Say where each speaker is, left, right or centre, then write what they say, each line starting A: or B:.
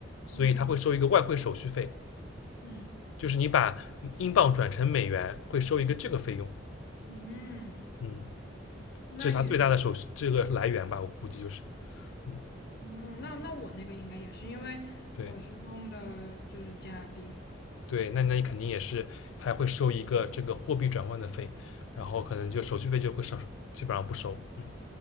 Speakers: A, on the left; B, on the left.
A: 所以它会收一个外汇手续费，
B: 嗯嗯
A: 就是你把英镑转成美元会收一个这个费用，
B: 嗯，
A: 嗯，
B: 那也，
A: 这是它最大的手续这个来源吧，我估计就是，嗯。
B: 嗯，那那我那个应该也是，因为我是用的就是加币。
A: 对对，那那你肯定也是，他会收一个这个货币转换的费，然后可能就手续费就会少，基本上不收。嗯，